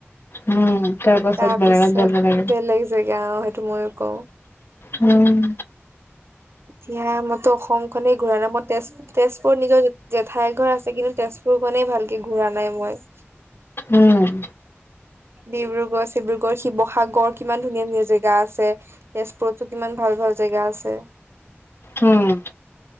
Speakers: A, on the left; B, on the right.
A: উম তাৰ পাছত
B: তাৰপিছত
A: বেলেগত যাব লাগে
B: বেলেগ জেগা, অ' সে- টো মইও কওঁ।
A: উম'।
B: এতিয়া মইতো অসম খনেই ঘূৰা নাই। ম' তেজ, তেজপুৰত নিজৰ জেঠাই ঘৰ আছে কিন্তু তেজ- পুৰখনেই ভালকে ঘূৰা নাই মই।
A: উম'।
B: ডিব্ৰুগড়-চিব্ৰুগড়, শিৱসাগৰ কিমান ধুনীয়া-ধুনীয়া জেগা আছে তেজপুৰততো কিমান ভাল ভাল জেগা আছে।
A: উম'।